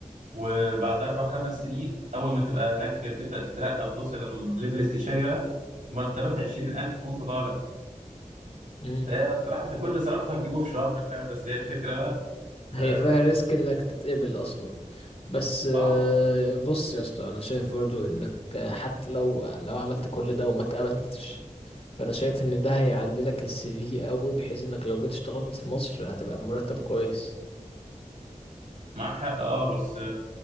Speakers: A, on the right; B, on the left.
A: وبعد اربع خمس سنين اول ما تبقى هناك تبدا تترقى وتوصل لليفل استشاري بقى مرتبات 20000 وانت طالع
B: مم.
A: فهي بصراحه انت كل اللي صرفته هتجيبه في شهر فاهم بس هي الفكره بقى
B: هي
A: اه
B: فيها ريسك انك تتقبل اصلا بس آه،
A: آه،
B: بص يا اسطى انا شايف برضو انك آه، حتى لو لو عملت كل ده وما اتقبلتش فانا شايف ان ده هيعلي لك السي في قوي بحيث انك لو جيت اشتغلت في مصر هتبقى بمرتب كويس
A: معاك حق اه بس